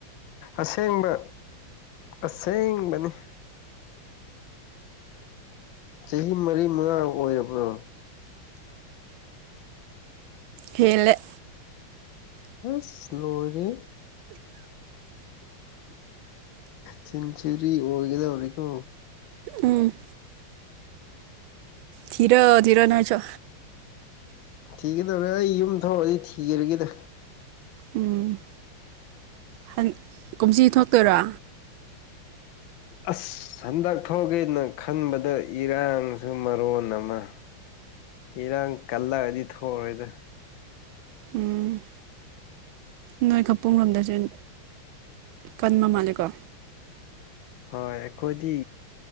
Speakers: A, on the left (about 75°); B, on the right (about 80°).
A: ꯑꯁꯦꯡꯕ ꯑꯁꯦꯡꯕꯅꯤ ꯆꯍꯤ ꯃꯔꯤ ꯃꯉꯥ ꯑꯣꯏꯔꯕ꯭ꯔꯣ
B: ꯍꯦꯂꯦ
A: ꯍꯁ ꯂꯣꯏꯔꯦꯍꯦ ꯁꯤꯟꯆꯨꯔꯤ ꯑꯣꯏꯒꯗꯧꯔꯤꯀꯣ
B: ꯎꯝ ꯊꯤꯔꯣ ꯊꯤꯔꯣ ꯅꯣꯏꯁꯨ
A: ꯊꯤꯒꯗꯧꯔꯦ ꯑꯩ ꯌꯨꯝ ꯊꯣꯛꯑꯗꯤ ꯊꯤꯔꯒꯤꯗ
B: ꯎꯝ ꯍꯟ ꯀꯨꯝꯁꯤ ꯊꯣꯛꯇꯣꯏꯔꯣ
A: ꯑꯁ ꯍꯟꯗꯛ ꯊꯣꯛꯒꯦꯅ ꯈꯟꯕꯗ ꯏꯔꯥꯡꯁꯤꯅ ꯃꯔꯣꯟ ꯑꯃ ꯏꯔꯥꯡ ꯀꯜꯂꯛꯑꯗꯤ ꯊꯣꯑꯔꯣꯏꯗ
B: ꯎꯝ ꯅꯣꯏ ꯈꯄꯨꯡ ꯂꯣꯝꯗꯁꯦꯟ ꯀꯟꯕ ꯃꯥꯜꯂꯦꯀꯣ
A: ꯍꯣꯏ ꯑꯩꯈꯣꯏꯗꯤ